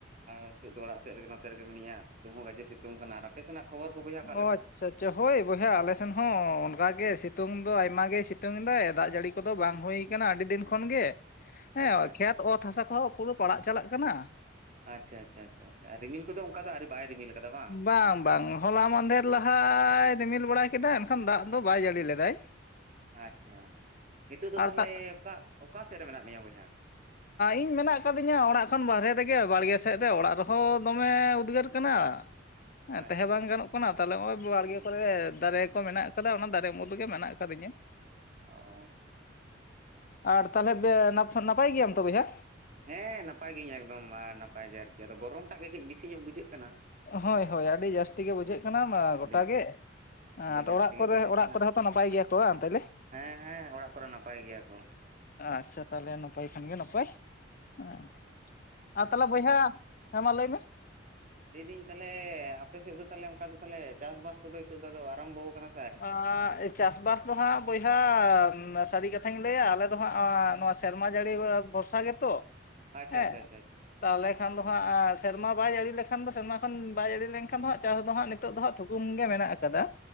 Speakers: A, on the right; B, on the left.
A: ᱟᱨ ᱱᱤᱛᱚᱜ ᱫᱚ ᱚᱲᱟᱜ ᱥᱮᱫ ᱨᱮᱜᱮ ᱱᱚᱛᱮ ᱨᱮᱜᱮ ᱢᱤᱱᱟᱹᱧᱟ ᱥᱤᱛᱩᱝ ᱦᱚᱸ ᱜᱟᱡᱮ ᱥᱤᱛᱩᱝ ᱠᱟᱱᱟ ᱟᱨ ᱟᱯᱮ ᱥᱮᱱᱟᱜ ᱠᱷᱚᱵᱚᱨ ᱠᱚ ᱵᱚᱭᱦᱟ
B: <unintelligible>
A: ᱚᱠᱟ ᱞᱮᱠᱟ?
B: ᱥᱮ ᱪᱮᱫ ᱦᱳᱭ ᱵᱚᱭᱦᱟ ᱟᱞᱮᱥᱮᱱ ᱦᱚᱸ ᱚᱱᱠᱟ ᱜᱮ ᱥᱤᱛᱩᱝ ᱫᱚ ᱟᱭᱢᱟ ᱜᱮ ᱥᱤᱛᱩᱝ ᱮᱫᱟᱭ ᱫᱟᱜ ᱡᱟᱹᱲᱤ ᱠᱚᱫᱚ ᱵᱟᱝ ᱦᱩᱭ ᱟᱠᱟᱱᱟ ᱟᱹᱰᱤ ᱫᱤᱱ ᱠᱷᱚᱱ ᱜᱮ ᱦᱮᱸ
A: ᱟᱪᱪᱷᱟ
B: ᱠᱷᱮᱛ ᱚᱛ ᱦᱟᱥᱟ ᱠᱚᱦᱚᱸ ᱯᱩᱨᱟᱹ ᱯᱟᱲᱟᱜ ᱪᱟᱞᱟᱜ ᱠᱟᱱᱟ
A: ᱟᱪᱪᱷᱟ ᱟᱪᱪᱷᱟ ᱟᱪᱪᱷᱟ ᱟᱪᱪᱷᱟ ᱨᱤᱢᱤᱞ ᱠᱚᱫᱚ ᱚᱱᱠᱟ ᱫᱚ ᱟᱹᱶᱨᱤ ᱵᱟᱭ ᱨᱤᱢᱤᱞ ᱟᱠᱟᱫᱟ ᱵᱟᱝ
B: ᱵᱟᱝ ᱵᱟᱝ ᱦᱚᱞᱟ ᱢᱟᱫᱷᱮᱨ ᱞᱟᱦᱟᱭ ᱨᱤᱢᱤᱞ ᱵᱟᱲᱟᱭ ᱠᱮᱫᱟ ᱮᱱᱠᱷᱟᱱ ᱫᱟᱜ ᱫᱚ ᱵᱟᱭ ᱡᱟᱹᱲᱤ ᱞᱮᱫᱟᱭ
A: ᱟᱪᱪᱷᱟ ᱱᱤᱛᱚᱜ ᱫᱚ
B: ᱟᱨ
A: ᱛᱟᱦᱚᱞᱮ
B: ᱛᱟ
A: ᱚᱠᱟ ᱚᱠᱟ ᱥᱮᱫ ᱨᱮ ᱢᱮᱱᱟᱜ ᱢᱮᱭᱟ ᱵᱚᱭᱦᱟ
B: ᱤᱧ ᱢᱮᱱᱟᱜ ᱟᱠᱟᱫᱤᱧᱟ ᱚᱲᱟᱜ ᱠᱷᱚᱱ ᱵᱟᱨᱦᱮ ᱨᱮᱜᱮ ᱵᱟᱲᱜᱮ ᱥᱮᱫ ᱨᱮ ᱚᱲᱟᱜ ᱨᱮᱦᱚᱸ ᱫᱚᱢᱮ ᱩᱫᱽᱜᱟᱹᱨ ᱠᱟᱱᱟ ᱦᱮᱸ
A: ᱟᱪᱪᱷᱟ
B: ᱛᱟᱦᱮᱸ ᱵᱟᱝ ᱛᱟᱦᱚᱞᱮ ᱱᱚᱜ-ᱚᱭ ᱵᱟᱲᱜᱮ
A: ᱦᱩᱸ
B: ᱠᱚᱨᱮ ᱫᱟᱨᱮ ᱠᱚ ᱢᱮᱱᱟᱜ ᱠᱟᱫᱟ ᱚᱱᱟ ᱫᱟᱨᱮ ᱩᱢᱩᱞ ᱨᱮᱜᱮ ᱢᱮᱱᱟᱜ ᱟᱠᱟᱫᱤᱧᱟ
A: ᱚ
B: ᱟᱨ ᱛᱟᱦᱚᱞᱮ ᱱᱟᱯᱟᱭ ᱜᱮᱭᱟᱢ ᱛᱚ ᱵᱚᱭᱦᱟ
A: ᱦᱮᱸ ᱱᱟᱯᱟᱭ ᱜᱤᱭᱟᱹᱧ ᱮᱠᱫᱚᱢ ᱱᱟᱯᱟᱭ ᱜᱮ ᱟᱨᱠᱤ ᱟᱫᱚ ᱜᱚᱨᱚᱢ ᱴᱟᱜ ᱜᱮ ᱠᱟᱹᱡ ᱵᱮᱥᱤ ᱧᱚᱜ ᱵᱩᱡᱷᱟᱹᱜ ᱠᱟᱱᱟ
B: ᱦᱳᱭ
A: ᱦᱮᱸ
B: ᱦᱳᱭ ᱟᱹᱰᱤ ᱡᱟᱹᱥᱛᱤ ᱜᱮ ᱵᱩᱡᱷᱟᱹᱜ ᱠᱟᱱᱟ ᱢᱟ
A: ᱟᱹᱰᱤ
B: ᱜᱚᱴᱟ ᱜᱮ ᱦᱮ
A: ᱟᱹᱰᱤ
B: ᱟᱫᱚ
A: ᱡᱟᱹᱥᱛᱤ
B: ᱚᱲᱟᱜ
A: ᱜᱮ
B: ᱠᱚᱨᱮ
A: ᱵᱩᱡᱷᱟᱹᱜ
B: ᱚᱲᱟᱜ
A: ᱠᱟᱱᱟ
B: ᱠᱚᱨᱮ ᱦᱚᱸᱛᱚ ᱱᱟᱯᱟᱭ ᱜᱮᱭᱟ ᱠᱚ ᱛᱟᱦᱞᱮ
A: ᱦᱮᱸ ᱦᱮᱸ ᱚᱲᱟᱜ ᱠᱚᱨᱮ ᱱᱟᱯᱟᱭ ᱜᱮᱭᱟ ᱠᱚ
B: ᱟᱪᱪᱷᱟ ᱛᱟᱦᱞᱮ ᱱᱟᱯᱟᱭ ᱠᱷᱟᱱ ᱜᱮ ᱱᱟᱯᱟᱭ ᱦᱮᱸ ᱟᱨ ᱛᱟᱦᱚᱞᱮ ᱵᱚᱭᱦᱟ ᱦᱮᱸ ᱢᱟ ᱞᱟᱹᱭ ᱢᱮ᱾
A: ᱞᱟᱹᱭᱫᱟᱹᱧ ᱛᱟᱦᱞᱮ ᱟᱯᱮ ᱥᱮᱫ ᱫᱚ ᱛᱟᱦᱞᱮ ᱚᱱᱠᱟ ᱫᱚ ᱛᱟᱦᱞᱮ ᱪᱟᱥᱵᱟᱥ ᱠᱚᱫᱚ ᱱᱤᱛᱚᱜ ᱫᱚ ᱟᱨᱟᱢᱵᱚ ᱠᱟᱱᱟ᱾
B: ᱟᱜᱻᱻ ᱪᱟᱥᱵᱟᱥ ᱫᱚ ᱦᱟᱜ ᱵᱚᱭᱦᱟ ᱥᱟᱹᱨᱤ ᱠᱟᱛᱷᱟᱧ ᱞᱟᱹᱭᱟ ᱟᱞᱮᱫᱚ ᱦᱟᱜ ᱱᱚᱣᱟ ᱥᱮᱨᱢᱟ ᱡᱟᱹᱲᱤ ᱵᱷᱚᱨᱥᱟ ᱜᱮ ᱛᱚ
A: ᱟᱪᱪᱷᱟ
B: ᱦᱮᱸ
A: ᱟᱪᱪᱷᱟ ᱟᱪᱪᱷᱟ
B: ᱛᱟᱦᱚᱞᱮ ᱠᱷᱟᱱ ᱫᱚ
A: ᱟᱪᱪᱷᱟ
B: ᱦᱟᱜ᱾ ᱥᱮᱨᱢᱟ ᱵᱟᱭ ᱡᱟᱹᱲᱤ ᱞᱮᱠᱷᱟᱱ ᱫᱚ ᱥᱮᱨᱢᱟ ᱠᱷᱚᱱ ᱵᱟᱭ ᱡᱟᱹᱲᱤ ᱞᱮᱱᱠᱷᱟᱱ ᱫᱚ ᱪᱟᱥ ᱫᱚ ᱦᱟᱜ ᱱᱤᱛᱚᱜ ᱫᱚ ᱦᱟᱜ ᱛᱷᱩᱠᱟᱹᱢ ᱜᱮ ᱢᱮᱱᱟᱜ ᱟᱠᱟᱫᱟ᱾